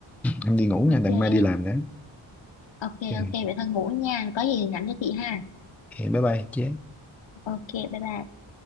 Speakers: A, in the centre; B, on the left.
A: em đi ngủ
B: ok
A: nha đằng mai đi làm đó
B: ok
A: Ok,
B: ok vậy thôi ngủ nha có gì thì nhắn cho chị ha
A: bye bye chế
B: ok bye bye